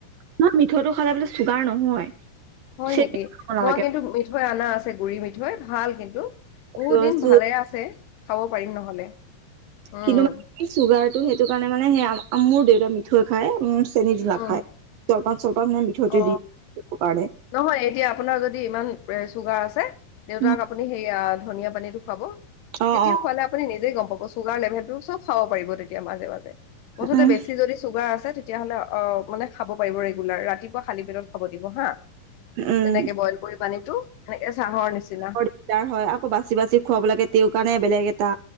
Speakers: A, on the right; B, on the left.
A: নহয় মিঠৈটো খালে বোলে চুগাৰ নহয়।
B: হয়
A: চেনি
B: নেকি
A: খাব নালাগে
B: মই কিন্তু মিঠৈ অনা আছে গুৰি মিঠৈ। ভাল কিন্তু বহুত
A: নালাগে
B: দিন ভালে আছে খাব পাৰিম নহলে। উম
A: কিন্তু মানে চুগাৰটো সেইটো কাৰণে মানে সেই মোৰ দেউতা মিঠৈ খায় উ চেনীটো নাখায়
B: উম
A: জলপান চলপান মানে মিঠৈতে
B: অ
A: দি দ কাৰণে
B: নহয় এতিয়া আপোনাৰ যদি ইমান এ চুগাৰ আছে দেউতাক
A: উম
B: আপুনি সেই আক ধনিয়া পানীটো খোৱাব
A: অ
B: তেতিয়া
A: অ
B: খোৱালে আপুনি নিজে গম পাব চুগাৰ লেভেল টো চব খাব পাৰিব তেতিয়া মাজে মাজে মুঠতে
A: উম
B: বেছি যদি চুগাৰ আছে তেতিয়াহ'লে অ মানে খাব পাৰিব ৰেগুলাৰ ৰাতিপুৱা খালি পেটত খাব দিব হা।
A: উম
B: তেনেকে বইল কৰি পানীটো এ চাহৰ নিচিনা।
A: বৰ দিগদাৰ হয় আকৌ বাচি বাচি খুৱাব লাগে তেওঁৰ কাৰণে বেলেগ এটা